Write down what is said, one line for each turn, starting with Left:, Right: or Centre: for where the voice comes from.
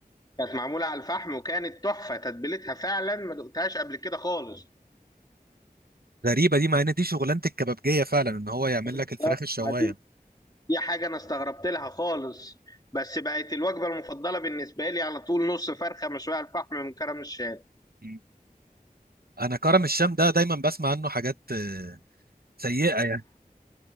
Left: كانت معموله على الفحم وكانت تحفه تتبيلتها فعلا ما دقتهاش قبل كده خالص
Right: غريبه دي مع ان دي شغلانه الكبابجيه فعلا ان هو يعمل
Left: بالظبط
Right: لك الفراخ الشوايه
Left: ما دي دي حاجه انا استغربت لها خالص بس بقت الوجبه المفضله بالنسبه لي على طول نص فرخه مشويه على الفحم من كرم الشام
Right: م. انا كرم الشام ده دايما بسمع عنه حاجات آه، سيئه يعني